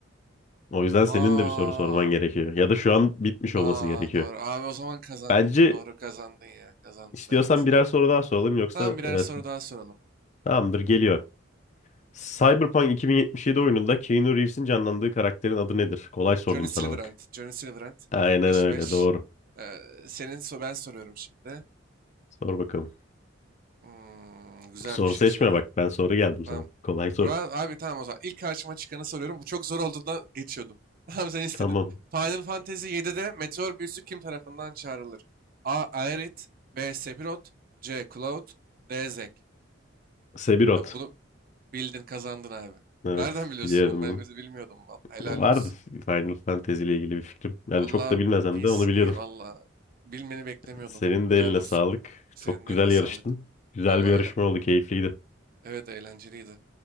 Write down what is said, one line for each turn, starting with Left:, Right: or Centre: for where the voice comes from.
Left: O yüzden senin
Right: Aa,
Left: de bir soru sorman gerekiyor. Ya da şu an bitmiş olması
Right: aa
Left: gerekiyor.
Right: doğru. Abi o zaman kazandın.
Left: Bence
Right: Doğru kazandın ya. Kazandın
Left: istiyorsan
Right: evet.
Left: birer soru daha soralım yoksa
Right: Tamam birer
Left: evet
Right: soru daha soralım.
Left: tamamdır geliyor. Cyberpunk 2077 oyununda Keanu Reeves'in canlandığı karakterin adı nedir? Kolay sordum
Right: Johnny Silverhand.
Left: sana bak.
Right: Johnny Silverhand.
Left: Aynen
Right: 5-5.
Left: öyle doğru.
Right: Ee, senin so ben soruyorum şimdi.
Left: Sor bakalım.
Right: Hmm, güzel
Left: Soru
Right: bir şey
Left: seçme
Right: soruyorum.
Left: bak ben soru geldim
Right: Tamam.
Left: sana. Kolay soru.
Right: Burak abi tamam o zaman. İlk karşıma çıkanı soruyorum. Bu çok zor olduğundan geçiyordum. <laughs> Tamam sen istedin.
Left: Tamam.
Right: Final Fantasy 7'de meteor büyüsü kim tarafından çağrılır? A. Aerith B. Sephiroth C. Cloud D. Zek.
Left: Sephiroth.
Right: Ya bunu bildin kazandın abi.
Left: Evet
Right: Nereden biliyorsun
Left: biliyorum
Right: bunu? Ben de bilmiyordum vallahi. Helal
Left: Vardı
Right: olsun.
Left: Final Fantasy ile ilgili bir fikrim. Yani
Right: Vallahi
Left: çok da bilmesem
Right: iyisin
Left: de onu biliyordum.
Right: iyi vallahi. Bilmeni beklemiyordum.
Left: <laughs> Senin
Right: Helal
Left: de eline
Right: olsun.
Left: sağlık.
Right: Senin
Left: Çok güzel
Right: de eline sağlık.
Left: yarıştın. Güzel
Right: Vallahi
Left: bir yarışma
Right: eyle.
Left: oldu, keyifliydi.
Right: Evet eğlenceliydi.